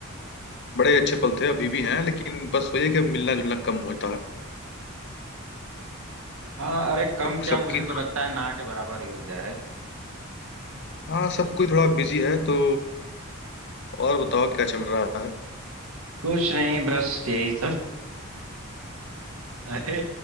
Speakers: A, on the left; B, on the right.
A: बड़े अच्छे पल थे अभी भी हैं लेकिन बस वही है कि अब मिलना जुलना कम होता है
B: हाँ अरे कम
A: सब सबकी
B: क्या मुझे तो लगता है ना के बराबर ही हो गया है
A: हाँ सब कोई थोड़ा बिजी है तो और बताओ क्या चल रहा है
B: कुछ नहीं बस यही सब अरे